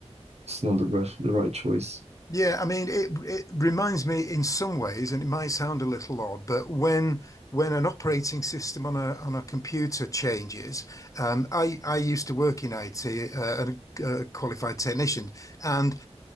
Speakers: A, on the right; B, on the left.
A: It's not the ref the right choice.
B: Yeah, I mean, it it reminds me in some ways, and it might sound a little odd, but when when an operating system on a on a computer changes, um, I I used to work in IT, uh, a, a qualified technician, and